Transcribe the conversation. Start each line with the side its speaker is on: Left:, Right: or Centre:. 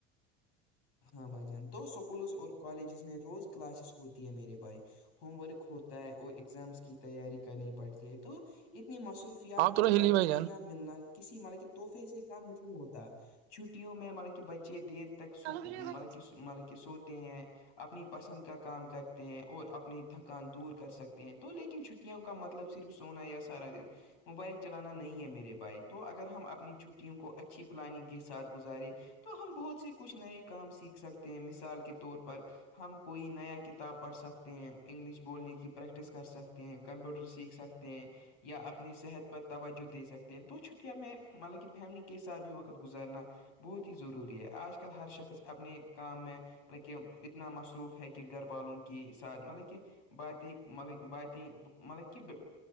Left: ہاں بھائی جان دو اسکولز اور کالجز میں روز کلاسز ہوتی ہے میرے بھائی ہوم ورک ہوتا ہے اور اگزامس کی تیاری کرنی پڑتی ہے تو اتنی مصروف
Right: آپ
Left: کے
Right: تھوڑا
Left: بعد
Right: ہلی بھائی
Left: چھٹیاں ملنا کسی مطلب کہ تحفے سے کم نہیں ہوتا چھٹیوں میں مطلب کہ بچے دیر تک
Right: جان
Left: سو مطلب کہ مطلب کہ سوتے ہیں اپنی پسند کا کام کرتے ہیں اور اپنی تھکان دور کر سکتے ہیں تو لیکن چھٹیوں کا مطلب صرف سونا یہ سارا دن موبائل چلانا نہیں ہے میرے بھائی تو اگر ہم اپنی چھٹیوں کو اچھی پلاننگ ساتھ گزارے تو ہم بہت سے کچھ نئے کام سیکھ سکتے ہیں مثال کے طور پر ہم کوئی نیا کتاب پڑھ سکتے ہیں انگلش بولنے کی پریکٹس کر سکتے ہیں کمپیوٹر سیکھ سکتے ہیں یا اپنی صحت پر توجہ دے سکتے ہیں تو چھٹیاں میں مطلب کہ فیملی کے ساتھ بھی وقت گزارنا بہت ہی ضروری ہے آج کل ہر شخص اپنے کام میں مطلب کہ اتنا مصروف ہے کہ گھر والوں کی ساتھ مطلب کہ بات ہی مطلب باتیں مطلب کہ ب